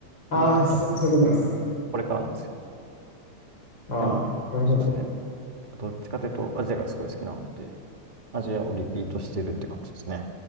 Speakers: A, on the left; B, on the right.
A: ああー、
B: あんま行ったことなくて、
A: そう、そういうことなんですね。
B: これからなんですよ。
A: ああ、
B: でも、
A: なるほど。
B: そうですね。やっぱどっちかというと、アジアがすごい好きなので、アジアをリピートしてるって感じですね。